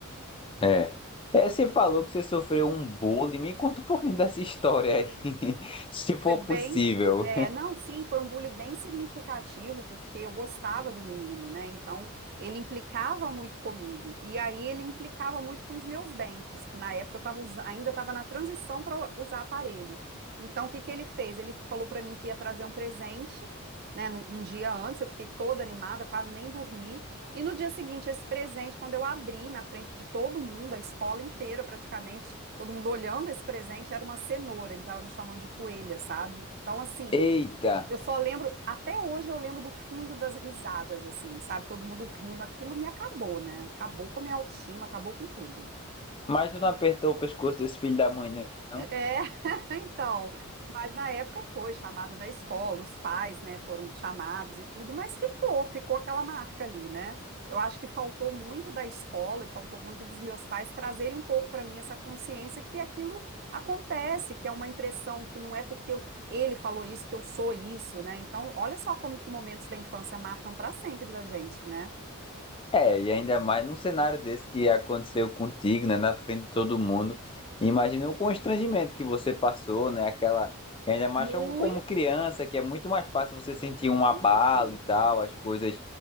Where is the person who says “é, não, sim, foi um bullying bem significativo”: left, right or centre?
Right